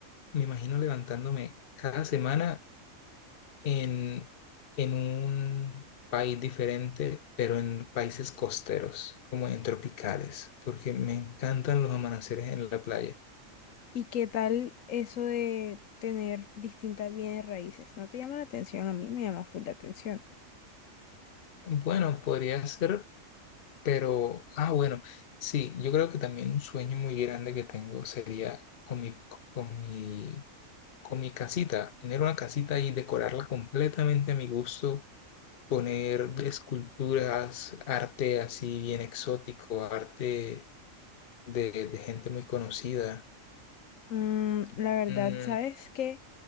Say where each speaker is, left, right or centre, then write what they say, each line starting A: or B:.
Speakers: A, on the left (about 50°); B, on the left (about 75°).
A: me imagino levantándome cada semana en, en un país diferente, pero en países costeros, como en tropicales, porque me encantan los amaneceres en la playa.
B: ¿Y qué tal eso de tener distintas bienes raíces? ¿No te llama la atención? A mí me llama full la atención.
A: Bueno, podría ser Pero, ah, bueno, sí, yo creo que también un sueño muy grande que tengo sería con mi, con mi, con mi casita, tener una casita y decorarla completamente a mi gusto, poner esculturas, arte así bien exótico, arte de, de gente muy conocida.
B: Mm, la verdad,
A: Mm,
B: ¿sabes qué